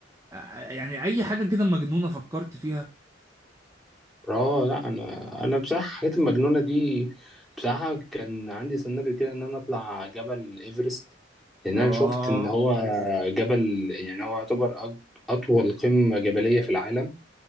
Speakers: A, on the right; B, in the centre.
A: آه، يعني اي حاجه كده مجنونه فكرت فيها
B: اه لا انا انا بصراحه الحاجات المجنونه دي بصراحه كان عندي سيناريو كده ان انا اطلع جبل ايفرست لان
A: اه
B: انا شفت ان هو جبل يعني هو يعتبر أج- اطول قمه جبليه في العالم